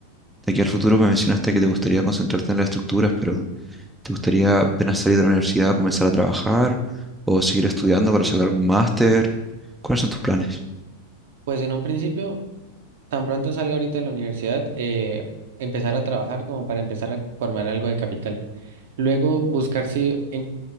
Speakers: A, in the centre; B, on the right.
A: De aquí al futuro me mencionaste que te gustaría concentrarte en las estructuras, pero ¿te gustaría apenas salir de la universidad comenzar a trabajar o seguir estudiando para sacar algún máster? ¿Cuáles son tus planes?
B: Pues en un principio, tan pronto salga ahorita de la universidad, eh, empezar a trabajar como para empezar a formar algo de capital. Luego buscar si en,